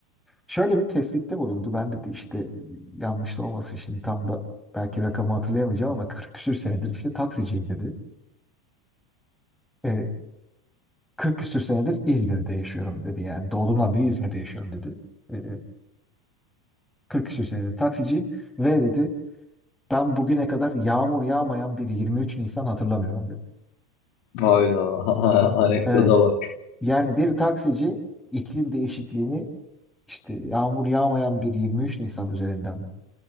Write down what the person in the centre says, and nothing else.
şöyle bir tespitte bulundu. Ben dedi işte yanlış da olmasın şimdi tam da belki rakamı hatırlayamayacağım ama 40 küsür senedir işte taksiciyim dedi. E, 40 küsür senedir İzmir'de yaşıyorum dedi yani doğduğumdan beri İzmir'de yaşıyorum dedi. E, 40 küsür senedir taksiciyim ve dedi Ben bugüne kadar yağmur yağmayan bir 23 Nisan hatırlamıyorum dedi.
Evet.
Yani bir taksici iklim değişikliğini işte yağmur yağmayan bir 23 Nisan üzerinden